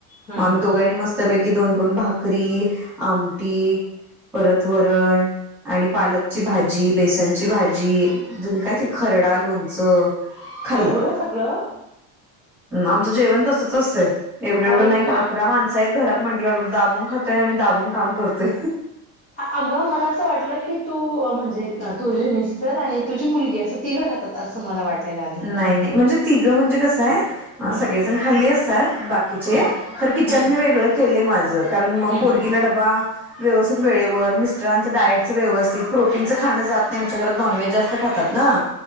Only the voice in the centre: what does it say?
मग आम्ही दोघांनी
मस्तपैकी दोन दोन भाकरी आमटी परत वर <unintelligible> आणि पालकची भाजी, बेसनची भाजी, द काय ते खरडा लोणचं. खाल्लं
आमचं जेवण तसच असंतय एवढं एवढं
नाही
का अकरा माण अस घरात म्हंटल्या दाबून खातोय आम्ही दाबून काम करतोय.
नाही नाही म्हणजे तिघं म्हणजे कसं आहे
सगळे खाली असतात बाकीचे
तर किचन
मी वेगळं केलय माझ कारण मग
पोरगीला
डबा व्यवस्थित वेळेवर मिस्टरांचं डाएटचं
व्यवस्थित प्रोटीनचं खाणं जात नाही आमच्या घरात नॉनव्हेज जास्त खातात ना.